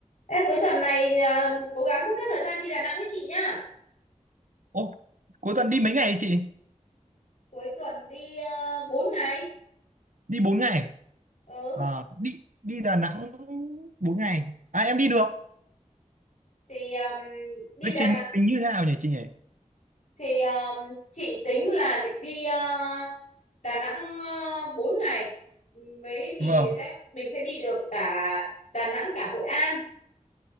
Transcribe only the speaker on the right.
Ô, cuối tuần đi mấy ngày chị?
Đi 4 ngày.
À, đi đi Đà Nẵng 4 ngày. À em đi được.
Lịch
trình
mình như thế nào nhỉ chị nhỉ?
Vâng,